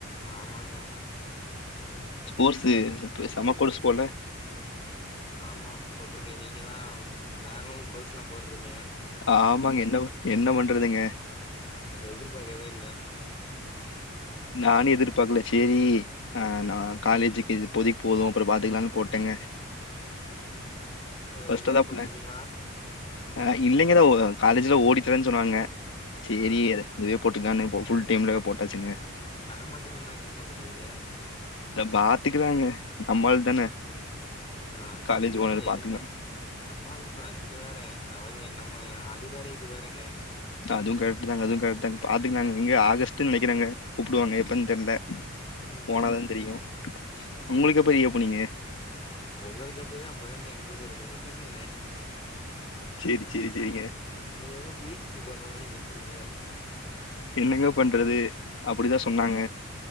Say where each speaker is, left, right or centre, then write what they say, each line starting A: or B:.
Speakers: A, on the left; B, on the left.
A: ஆமாங்க
B: கோர்ஸூ செம்ம கோர்ஸ் போல
A: ஆமா போட்ருக்கே நீங்கதா வேறளவுக்கு கோர்ஸ்லா போடுறீங்க
B: ஆமாங்க என்ன பன் என்ன பண்றதுங்க
A: எதுர்பாக்கவே இல்ல
B: நானு எதிர்பாக்கல செரி ஆ நா காலேஜுக்கு இது இப்போதிக்கு போது அப்புற பாத்துக்கலானு போட்டேங்க பஸ்டாதப்பல
A: ரெகுலர் போட்ருக்கீங்களா
B: அ இல்லங்கதா ஓ காலேஜ்ல ஓடி தரேன்னு சொன்னாங்க செரி
A: ஆ
B: இதுவே போட்டுக்கானு ஃபுல் டைம்ல போட்டாச்சுங்க
A: தர மாட்டேன்னு சொன்னா என்னங்க பண்ணூவீங்க
B: இத பாத்துக்கலாங்க நம்மால் தானே
A: ஆ
B: காலேஜ்
A: இல்லங்க
B: ஓனர்
A: இருந்தே
B: பாத்துக்கலாம்
A: நம்மாளுங்களா நீங்க வேற அவ நம்ம அது வேற இது வேறங்க
B: அதுவு கரெக்ட் தாங்க அதுவு கரெக்டாங்க பாத்துக்கலாங்க இங்க ஆகஸ்ட்டு நெனைக்கிறங்க கூப்புடுவாங்க எப்பன்னு தெரில
A: ம்
B: போனாதா தெரியு உங்களுக்கு எப்ப ரீ ஓப்பனிங்கு
A: உங்களுக்கு எப்பயோ அப்பதாங்க எங்களுக்கு இருக்கு என்னங்க
B: செரி செரி செரிங்க
A: நீங்க எதோ பீ எச் டி பண்ர மாரி பேசுறீங்க
B: என்னங்க பண்றது அப்படிதா சொன்னாங்க